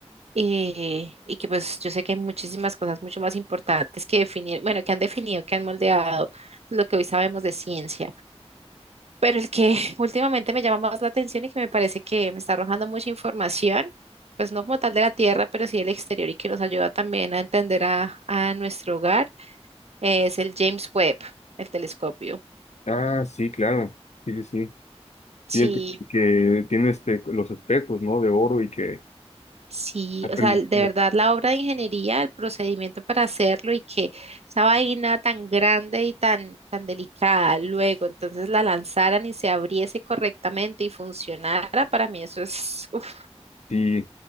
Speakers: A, on the right (about 65°); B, on the left (about 80°).
A: eh, y que pues yo sé que hay muchísimas cosas mucho más importantes que definir, bueno, que han definido, que han moldeado lo que hoy sabemos de ciencia, pero el que <laughs> últimamente me llama más la atención y que me parece que me está arrojando mucha información, pues no como tal de la Tierra, pero sí del exterior y que nos ayuda también a entender a, a nuestro hogar, es el James Webb, el telescopio.
B: Ah, sí, claro, sí, sí, sí.
A: Sí,
B: Y el que, que tiene este, los espejos, ¿no? De oro y que
A: sí,
B: ha permitido,
A: o sea, de verdad la obra de ingeniería, el procedimiento para hacerlo y que esa vaina tan grande y tan, tan delicada luego entonces la lanzaran y se abriese correctamente y funcionara, para mí eso es, <laughs> uf,
B: sí,